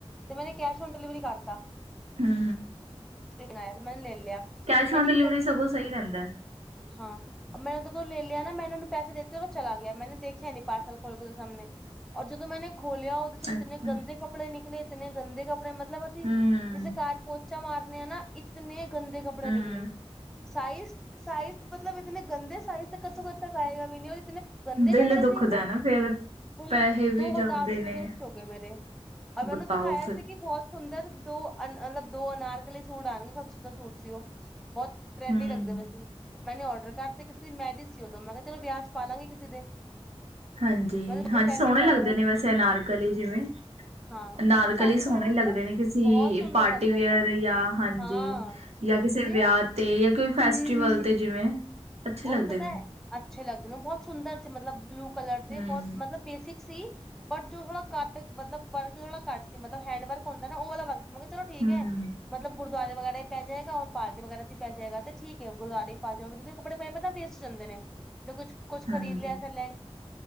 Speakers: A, in the centre; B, on the right.
A: ਤੇ ਮੈਨੇ ਕੈਸ਼ ਓਨ ਡਿਲੀਵਰੀ ਕਰਤਾ।
B: ਹੂੰ।
A: ਦੇਨ ਆਯਾ, ਤੇ ਮੈ ਲੇ ਲਿਆ।
B: ਕੈਸ਼
A: ਮੈਨੇ
B: ਔਨ ਡਿਲੀਵਰੀ
A: ਕੀ ਗਲਤੀ
B: ਸਗੋਂ
A: ਕੀਤੀ
B: ਸਹੀ ਰਹਿੰਦੈ।
A: ਹਾਂ। ਮੈਂ ਉਹਦੇ ਕੋਲੋ ਲੇਲਿਆ ਨਾ, ਮੈਂਨੇ ਉਹਨੂੰ ਪੈਸੇ ਦੈਤੇ ਉਹ ਚਲਾ ਗਿਆ, ਮੈਨੇ ਦੇਖਿਆ ਨੀ ਪਾਰਸਲ ਖੋਲਕੇ ੳਦੇ ਸਾਹਮਣੇ। ਔਰ ਜਦੋਂ ਮੈਂਨੇ ਖੋਲਿਆ‌ ਓ ੳਦੇ'ਚੋਂ ਇਤਨੇ
B: ਅੱਛਾ
A: ਗੰਦੇ ਕੱਪੜੇ ਨਿਕਲੇ, ਇਤਨੇ ਗੰਦੇ ਕੱਪੜੇ ਮਤਲਬ ਅਸੀਂ
B: ਹਮ
A: ਜਿਸ ਤਰਾ ਘਰ ਪੋਚ ਪੋਚਾ ਮਾਰਨੇ ਆ ਨਾ, ਇਤਨੇ ਗੰਦੇ ਕੱਪੜੇ
B: ਹਮ
A: ਨਿਕਲੇ ਸਾਈਜ਼ -ਸਾਈਜ਼ ਮਤਲਬ ਇਤਨੇ ਗੰਦੇ ਸਾਈਜ਼ ਤੇ, ਕੱਦੋਂ ਕੱਦ ਤੱਕ ਆਏਗਾ, ਵੀ ਨਹੀਂ ਔਰ ਇਤਨੇ ਗੰਦੇ
B: ਦਿਲ
A: ਕੱਪੜੇ
B: ਦੁਖਦਾ
A: ਸੀੇ ਏਦੇ,
B: ਨਾ ਫੇਰ
A: ਕੁਲ
B: ਪੈਸੇ ਵੀ
A: ਦੋ
B: ਜਾਂਦੇ
A: ਹਜ਼ਾਰ ਰੁਪਏ
B: ਨੇ
A: ਵੇਸਟ ਹੋ ਗਏ ਮੇਰੇ ਅਗਰ ਮੈਨੂੰ
B: ਬਤਾਓ
A: ਦਿਖਾਇਆ
B: ਫਿਰ
A: ਸੀ ਕਿ ਬਹੁਤ ਸੁੰਦਰ ਦੋ, ਅ ਅਲੱਗ ਦੋ ਅਨਾਰ ਕਲੀ ਸੂਟ ਆਉਣਗੇ, ਕਾਫੀ ਸੁੰਦਰ ਸੂਟ ਸੀ ਉਹ ਬਹੁਤ ਟਰੈਂਡੀ,
B: ਹਮ
A: ਲੱਗਦੇ ਪਏ ਸੀ। ਮੈਨੇ ਔਡਰ ਕਰ ਤੇ, ਕਿਸੇ ਦੀ ਮੈਰਿਜ਼ ਸੀ ਉਦੋ, ਮੈਂ ਕਿਹਾ, ਚਲੋ ਵਿਆਹ ਚ ਪਾ ਲਾਂਗੇ ਕਿਸੇ ਦੇ
B: ਹਾਂਜੀ
A: ਮੈਨੂੰ
B: -ਹਾਂਜੀ
A: ਪਹਿਲੀ
B: ਸੋਹਣੇ
A: ਵਾਰ
B: ਲੱਗਦੇ
A: ਉਸ
B: ਨੇ,
A: ਚੀਜ਼
B: ਵੈਸੇ ਅਨਾਰਕਲੀ
A: ਤੇ
B: ਜਿਵੇਂ
A: ਹਾਂ
B: ਅਨਾਰਕਲੀ,
A: ਮਤਲਬ ਪਾਰਟੀ
B: ਸੋਹਣੇ
A: ਵਗੈਰਾ
B: ਲੱਗਦੇ
A: ਚ ਨਾ
B: ਨੇ, ਕਿਸੀ
A: ਬਹੁਤ ਸੁੰਦਰ
B: ਪਾਰਟੀ
A: ਲੱਗਦੇ
B: ਵਿਯਰ
A: ਨੇ
B: ਯਾ ਹਾਂਜੀ,
A: ਹਾਂ
B: ਯਾ ਕਿਸੇ
A: ਤੇ
B: ਵਿਆਹ ਤੇ ਯਾ ਕੋਈ ਫੈਸਟੀਵਲ
A: ਹੂੰ-ਹੂੰ
B: ਤੇ ਜਿਵੇਂ ਅੱਛੇ
A: ਉਹ
B: ਲੱਗਦੇ
A: ਵੀ ਪਤਾ
B: ਨੇ,
A: ਹੈ ਅੱਛੇ ਲੱਗਦੇ ਨੇ, ਉਹ ਬਹੁਤ ਸੁੰਦਰ ਸੀ, ਮਤਲਬ ਬਲੂ ਕਲਰ ਦੇ,
B: ਹੂੰ,
A: ਬਹੁਤ ਮਤਲਬ ਬੇਸਿਕ ਸੀ ਬਟ ਜੋ ਥੋੜਾ ਘਟ ਮਤਲਬ ਵਰਕ ਥੋੜਾ ਘਟ ਸੀ, ਮਤਲਬ ਹੈਂਡ ਵਰਕ ਹੁੰਦਾ ਨਾ, ਉਹ ਵਾਲਾ ਵਰਕ ਸੀ ਮੈ ਕਿਹਾ, ਚਲੋ ਠੀਕ
B: ਹੂੰ,
A: ਐ ਗੁਰਦੁਆਰੇ ਵਗੈਰਾ ਹੀ ਪੈ ਜਾਏਗਾ, ਔਰ ਪਾਰਟੀ ਵਗੈਰਾ ਚ ਪੈ ਜਾਏਗਾ, ਤੇ ਠੀਕ ਹੈ ਗੁਰਦੁਆਰੇ ਵੀ ਪਾ ਜਾਉ, ਕਪੜੇ ਪਏ ਨਾ ਵੇਸਟ ਹੋ ਜਾਂਦੇ ਨੇ, ਜੇ ਕੁਛ -ਕੁਛ
B: ਹਾਂਜੀ,
A: ਖਰੀਦ ਲਿਆ ਲੈਂ